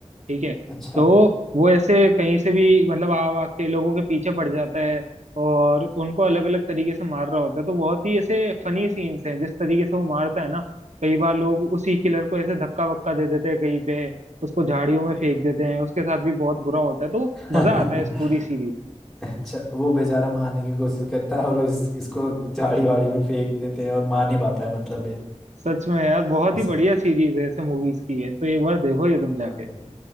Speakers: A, on the right; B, in the centre.
A: ठीक है
B: अच्छा
A: तो वो ऐसे कहीं से भी मतलब आ आ के लोगों के पीछे पड़ जाता है और उनको अलग अलग तरीके से मार रहा होता है तो बहुत ही ऐसे फनी सीन्स हैं जिस तरीके से वो मारता है ना कई बार लोग उसी किलर को ऐसे धक्का वक्का दे देते हैं कहीं पे उसको झाड़ियों में फेंक देते हैं उसके साथ भी बहुत बुरा होता है तो
B: <laughs>
A: मजा आता है इस पूरी सीरीज
B: अच्छा वो बेचारा मारने की कोशिश करता है और वो इस, इसको झाड़ी वाड़ी में फेंक देते हैं और मार नहीं पाता है मतलब ये
A: सच में यार बहुत
B: <laughs>
A: ही बढ़िया सीरीज है ऐसे मूवीज की है तो एक बार देखो ये तुम जाके
B: ऐसा